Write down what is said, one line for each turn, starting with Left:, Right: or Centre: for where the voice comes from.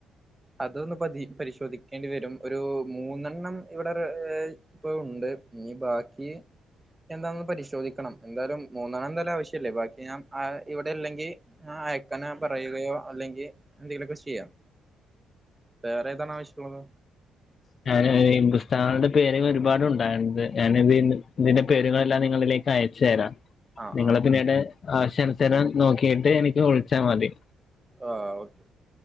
Right: അതൊന്ന് പതി പരിശോധിക്കേണ്ടി വരും ഒരു മൂന്നെണ്ണം ഇവിടെ റെ ഇപ്പ ഉണ്ട് ഇനി ബാക്കി എന്താണെന്ന് പരിശോധിക്കണം എന്തായാലും മൂന്നണ്ണം എന്തായാലും ആവശ്യമല്ലേ ബാക്കി ഞാൻ അ ഇവിടെ ഇല്ലെങ്കിൽ അയക്കന പറയുകയോ അല്ലെങ്കിൽ എന്തെങ്കിലുമൊക്കെ ചെയ്യാം വേറെ ഏതാണ് ആവശ്യമുള്ളത്
Left: ഉ ഞാൻ ഈ പുസ്തകങ്ങളുടെ പേരുകൾ ഒരുപാടുണ്ടായണത് ഞാൻ ഇതിന്റെ പേരുകളെല്ലാം നിങ്ങളിലേക്കയക്ക യച്ചു തരാം
Right: ആ
Left: നിങ്ങള്
Right: ആ
Left: പിന്നീട് ആവശ്യനുസരം നോക്കിട്ട് എനിക്ക് വിളിച്ചാ മതി
Right: ആ ഓക്കെ